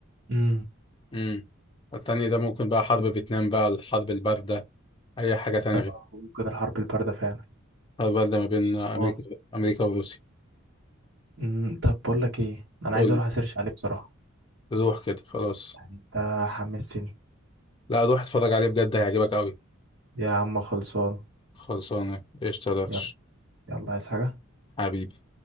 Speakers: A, on the right; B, on the left.
A: امم
B: امم الثانيه ده ممكن بقى حرب فيتنام بقى الحرب البارده اي حاجه تانية
A: ده
B: غير
A: ممكن الحرب الباردة فعلا
B: الحرب البارده ما بين
A: الصومال
B: امريكا امريكا وروسيا
A: امم طب بقول لك ايه أنا
B: قول
A: عايز أروح أسيرش عليه بصراحة
B: روح كده خلاص
A: يعني أنت حمسني
B: لا روح اتفرج عليه بجد هيعجبك قوي
A: يا عم خلصان
B: خلصانه قشطه يا درش
A: يلا يلا عايز حاجة
B: حبيبي